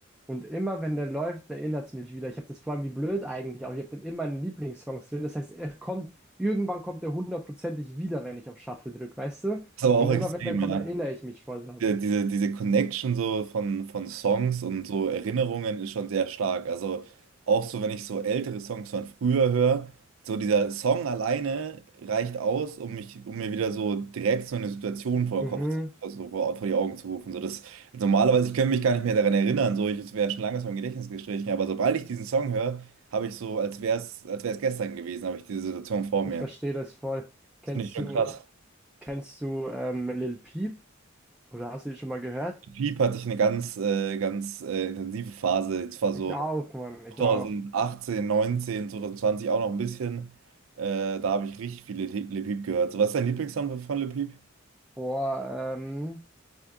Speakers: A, in the centre; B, on the right (about 85°).
A: Und immer wenn der läuft, erinnert es mich wieder. Ich habe das vor allem wie blöd eigentlich, aber ich habe den in meinen Lieblingssongs drin. Das heißt, er kommt, irgendwann kommt er hundertprozentig wieder, wenn ich auf Shuffle drücke, weißt du?
B: Ist aber
A: Und
B: auch extrem,
A: immer wenn der kommt,
B: ja.
A: erinnere ich mich voll dran.
B: die- diese, diese Connection so von, von Songs und so Erinnerungen ist schon sehr stark. Also auch so, wenn ich so ältere Songs von früher höre, so dieser Song alleine reicht aus, um mich, um mir wieder so direkt so eine Situation vor
A: Mhm,
B: den Kopf zu, also vor, vor die Augen zu rufen. So das, also normalerweise, ich könnte mich gar nicht mehr daran erinnern, so ich, es wäre schon lange aus meinem Gedächtnis gestrichen, aber sobald ich diesen Song höre, habe ich so, als wäre es, als wäre es gestern gewesen, habe ich diese Situation vor
A: ich
B: mir.
A: verstehe das voll. Kennst
B: Das finde ich schon
A: du,
B: krass.
A: kennst du ähm, Lil Peep? Oder hast du die schon mal gehört?
B: Piep hatte ich eine ganz, äh, ganz äh, intensive Phase. Es war
A: Ich
B: so
A: auch, Mann, ich
B: 2018,
A: auch.
B: 19, 2020 auch noch ein bisschen. Äh, da habe ich richtig viele Le Le Peep gehört. So, was ist dein Lieblingssong von Le Peep?
A: Boah, ähm,